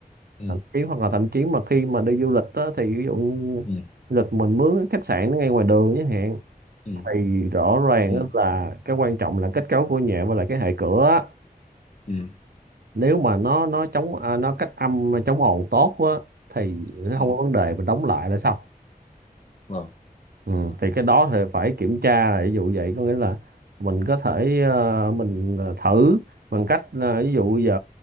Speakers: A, on the left (about 45°); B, on the right (about 80°).
A: ừ
B: thậm chí hoặc là thậm chí mà khi mà đi du lịch đó, thì ví dụ như
A: ừ
B: du lịch mình mướn cái khách sạn nó ngay ngoài đường chẳng hạn
A: ừ
B: thì rõ ràng
A: ừ
B: á là cái quan trọng là kết cấu của nhà và là cái hệ cửa á.
A: ừ
B: nếu mà nó nó chống à, nó cách âm chống ồn tốt á thì
A: ừ
B: không có vấn đề mình đóng lại là xong
A: vâng
B: Ừ, thì cái đó thì phải kiểm tra là ví dụ vậy có nghĩa là mình có thể ờ, mình ờ, thử bằng cách là ví dụ giờ